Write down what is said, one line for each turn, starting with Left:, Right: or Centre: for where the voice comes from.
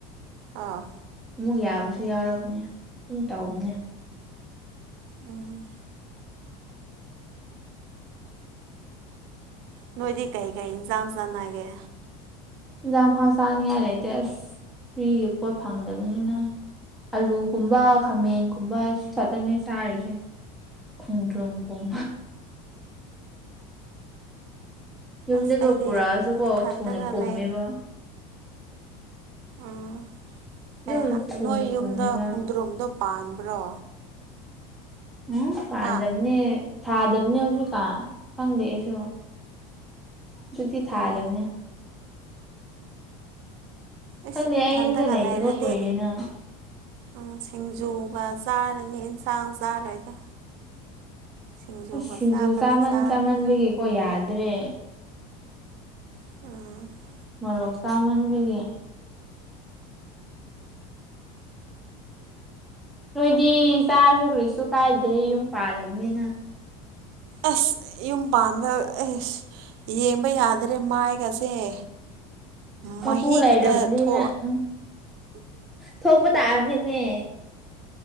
Right: ꯑꯥ
Centre: ꯑꯃꯨꯛ ꯌꯥꯕꯁꯨ ꯌꯥꯎꯔꯛꯄꯅꯦ ꯁꯨꯝ ꯇꯧꯕꯅꯦ
Right: ꯎꯝ ꯅꯣꯏꯗꯤ ꯀꯩ ꯀꯩ ꯏꯟꯖꯥꯡ ꯆꯥꯅꯒꯦ
Centre: ꯂꯥꯡ ꯐꯥꯎ ꯆꯥꯅꯤꯡꯉꯥꯏ ꯂꯩꯇꯦ ꯑꯁ ꯐ꯭ꯔꯤꯒꯤ ꯄꯣꯠ ꯐꯪꯗꯕꯅꯤꯅ ꯑꯂꯨꯒꯨꯝꯕ ꯈꯥꯃꯦꯟ ꯀꯨꯝꯕ ꯁꯤ ꯈꯛꯇꯅꯦ ꯆꯥꯔꯤꯖ‌ꯦ ꯈ‌ꯣꯡꯗ꯭ꯔꯨꯝ ꯀꯨꯝ ꯌꯨꯝꯗꯒ
Right: ꯑꯁ ꯑꯩꯗꯤ
Centre: ꯄꯨꯔꯥ ꯑꯖꯨ ꯀꯣ
Right: ꯏꯊꯟꯗꯒ
Centre: ꯊꯨꯅ ꯄꯨꯝꯃꯦꯕ
Right: ꯂꯩ ꯎꯝ
Centre: ꯑꯗꯨꯝ
Right: ꯑꯦ ꯍꯥ
Centre: ꯊꯨꯅ
Right: ꯅꯣꯏ ꯌꯨꯝꯗ
Centre: ꯄꯨꯝꯃꯦꯕ
Right: ꯈꯣꯡꯗ꯭ꯔꯨꯝꯗꯣ ꯄꯥꯟꯕ꯭ꯔꯣ
Centre: ꯎꯝ ꯄꯥꯟꯗꯝꯅꯦ
Right: ꯍꯥ
Centre: ꯊꯥꯗꯕꯅꯦ ꯍꯧꯖꯤꯛꯀꯥꯟ ꯈꯪꯗꯦ ꯑꯩꯁꯨ ꯗꯨꯗꯤ ꯊꯥꯗꯕꯅ‌ꯦ
Right: ꯎꯝ ꯏꯁ
Centre: ꯈꯪꯗꯦ ꯑꯩ
Right: ꯊꯟ
Centre: ꯌꯨꯝꯗ
Right: ꯇꯒꯥ
Centre: ꯂꯩꯇꯕ
Right: ꯂꯩꯔꯗꯤ
Centre: ꯀꯨꯏꯔꯦꯅ
Right: ꯎꯝ ꯁꯤꯡꯖꯨꯒ ꯆꯥꯔꯅꯤ ꯑꯦꯟꯁꯥꯡ ꯆꯥꯔꯣꯏꯗ ꯁꯤꯡꯖꯨꯒ
Centre: ꯑꯁ ꯁꯤꯡꯖꯨ
Right: ꯆꯥꯛꯀꯗ
Centre: ꯆꯥꯃꯟ
Right: ꯆꯥꯒꯅꯤ
Centre: ꯆꯥꯃꯟꯕꯒꯤꯀꯣ ꯌꯥꯗ꯭ꯔꯦ
Right: <unintelligible>
Centre: ꯃꯣꯔꯣꯛ ꯆꯥꯃꯟꯕꯒꯤ ꯅꯣꯏꯗꯤ ꯆꯥꯔꯁꯨ ꯀꯔꯤꯁꯨ ꯀꯥꯏꯗ꯭ꯔꯦ ꯌꯨꯝ ꯄꯥꯜꯂꯝꯅꯤꯅ
Right: ꯑꯁ ꯌꯨꯝ ꯄꯥꯟꯕ ꯑꯦꯁ ꯌꯦꯡꯕ ꯌꯥꯗ꯭ꯔꯦ ꯃꯥꯏꯒꯁ ꯇ‌ꯦ ꯃꯍꯤ
Centre: ꯃꯄꯨ ꯂꯩꯔꯕꯅꯤꯅ
Right: ꯈꯇ ꯊꯣ
Centre: ꯎꯝ ꯊꯣꯛꯄ ꯇꯥꯝꯅꯤꯅꯦ